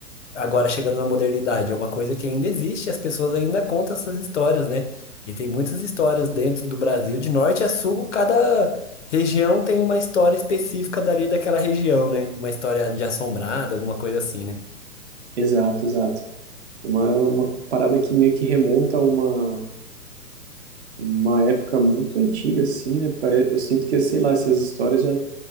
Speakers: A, on the left (about 50°); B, on the right (about 45°).
A: agora chegando na modernidade, é uma coisa que ainda existe, e as pessoas ainda contam essas histórias, né? E tem muitas histórias dentro do Brasil, de norte a sul, cada região tem uma história específica dali daquela região, né? Uma história de assombrada, alguma coisa assim, né?
B: Exato, exato. É Uma, é uma parada que meio que remonta a uma, uma época muito antiga, assim, né? Pare- Eu sinto que, sei lá, essas histórias já